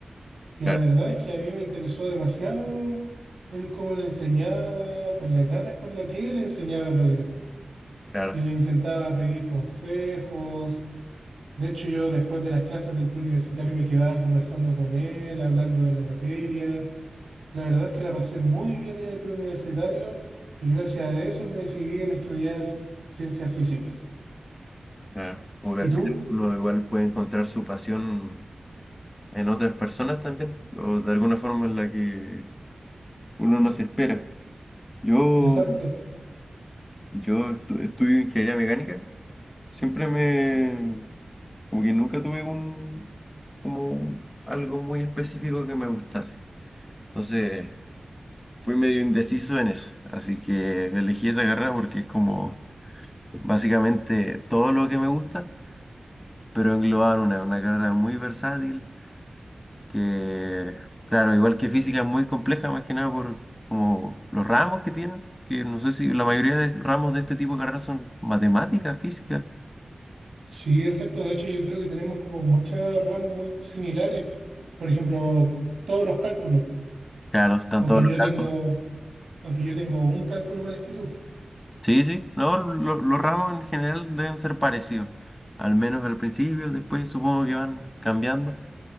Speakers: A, on the right (about 85°); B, on the left (about 20°).
A: Y
B: Claro,
A: la verdad es que a mí me interesó demasiado el cómo le enseñaba, con las ganas con las que él enseñaba en realidad.
B: claro,
A: Y le intentaba pedir consejos. De hecho, yo después de las clases del preuniversitario me quedaba conversando con él, hablando de la materia. La verdad es que la pasé muy bien en el preuniversitario y gracias a eso me decidí en estudiar ciencias físicas.
B: claro. Como que
A: ¿Y
B: al
A: tú?
B: final uno igual puede encontrar su pasión en otras personas también, o de alguna forma en la que uno no se espera. Yo,
A: Exacto.
B: yo estu- estudio ingeniería mecánica, siempre me, como que nunca tuve un, como algo muy específico que me gustase. Entonces, fui medio indeciso en eso, así que elegí esa carrera porque es como básicamente todo lo que me gusta, pero englobado una, una carrera muy versátil, que claro, igual que física es muy compleja, más que nada por como los ramos que tienen, que no sé si la mayoría de ramos de este tipo de carreras son matemáticas, física,
A: Sí, exacto. De hecho, yo creo que tenemos como muchas ramas muy similares. Por ejemplo, todos los cálculos.
B: claro, están
A: Aunque
B: todos los
A: yo
B: cálculos.
A: tengo, aunque yo tengo un cálculo más que tú.
B: Sí, sí, no, lo- los ramos en general deben ser parecidos, al menos al principio, después supongo que van cambiando.